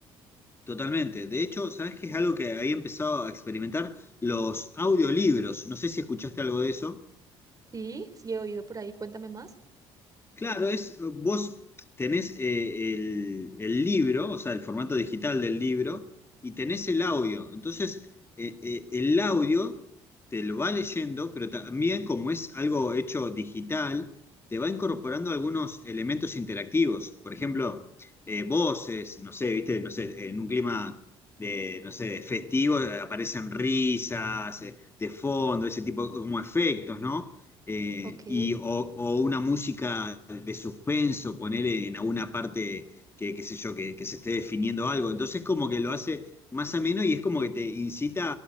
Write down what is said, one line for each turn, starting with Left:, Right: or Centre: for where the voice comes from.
Left: Totalmente. De hecho, ¿sabes qué es algo que había empezado a experimentar? Los audiolibros. No sé si escuchaste algo de eso.
Right: Sí, sí he oído por ahí, cuéntame más.
Left: Claro, es, vos tenés eh, el, el libro, o sea, el formato digital del libro, y tenés el audio. Entonces, eh, eh, el audio te lo va leyendo, pero también como es algo hecho digital, te va incorporando algunos elementos interactivos. Por ejemplo, eh, voces, no sé, viste, no sé, en un clima de, no sé, de festivo, eh, aparecen risas, eh, de fondo, ese tipo como efectos, ¿no? eh,
Right: Ok.
Left: y, o, o una música de suspenso, poner en alguna parte que, qué sé yo, que, que se esté definiendo algo. Entonces como que lo hace más ameno y es como que te incita